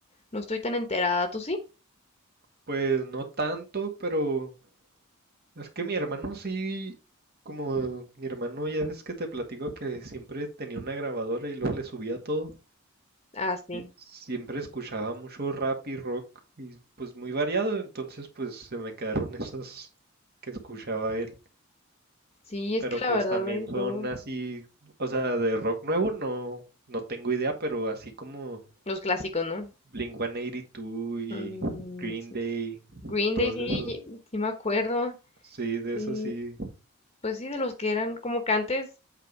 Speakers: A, on the left; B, on the right.
A: no estoy tan enterada, ¿tú sí?
B: Pues no tanto, pero es que mi hermano sí, como mi hermano ya ves que te platico que siempre tenía una grabadora y luego le subía todo.
A: Ah, sí.
B: Siempre escuchaba mucho rap y rock y pues muy variado, entonces pues se me quedaron esas que escuchaba él,
A: Sí, es
B: pero
A: que la
B: pues
A: verdad
B: también
A: hay de
B: son
A: todo.
B: así, o sea, de rock nuevo no no tengo idea, pero así como
A: Los clásicos, ¿no?
B: Blink-182 y
A: Mm,
B: dos y Green
A: sí.
B: Day,
A: Green
B: todos
A: Day, sí,
B: esos,
A: sí, sí me acuerdo.
B: sí, de
A: Sí,
B: esos sí,
A: pues sí, de los que eran como que antes